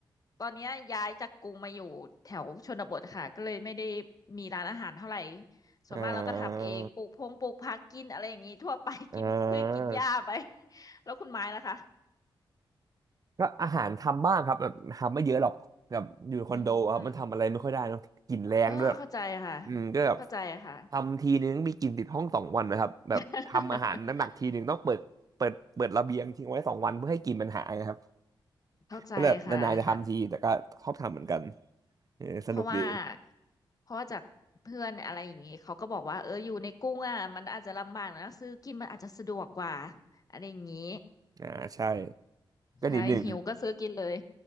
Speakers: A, on the left; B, on the right.
A: ตอนเนี้ยย้ายจากกรุงมาอยู่แถวชนบทค่ะก็เลยไม่ได้มีร้านอาหารเท่าไหร่ส่วนมากเราก็ทำเองปลูกพงปลูกผักกินอะไรอย่างงี้ทั่วไป
B: เอ่า
A: <laughs>
B: อ่
A: กินพืชกินหญ้าไป
B: า
A: แล้วคุณไม้ล่ะคะ
B: ก็อาหารทำบ้างครับแบบทำไม่เยอะหรอกแบบอยู่คอนโดครับมันทำอะไรไม่ค่อยได้เนอะกลิ่นแรงด้วย
A: อืมอืมเออเข้าใจค่ะ
B: อืมก็แบบ
A: เข้าใจค่ะ
B: ทำทีนึงมีกลิ่นติดห้องสองวันนะครับแบบทำอาหารหนักๆทีนึงต้องเปิดเปิดเปิดระเบียงทิ้งไว้สองวันเพื่อให้กลิ่นมันหายครับ
A: <laughs> เข้าใจค่ะเลยค่ะ
B: ก็แบบนานๆจะทำทีแต่ก็ชอบทำเหมือนกันเออสนุกดี
A: เพราะว่าเพราะว่าจากเพื่อนอะไรอย่างนี้เขาก็บอกว่าเอออยู่ในกรุงอ่ะมันอาจจะลำบากนะซื้อกินมันอาจจะสะดวกกว่าอะไรอย่างนี้
B: อ่าใช่ก็นิดหนึ่ง
A: ใช่หิวก็ซื้อกินเลย